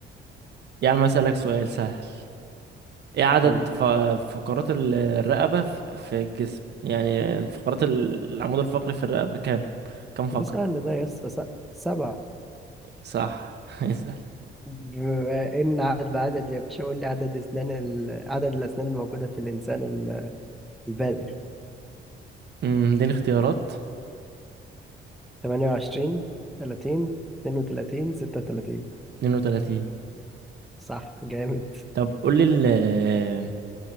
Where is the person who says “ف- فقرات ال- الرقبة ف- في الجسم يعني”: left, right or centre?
Right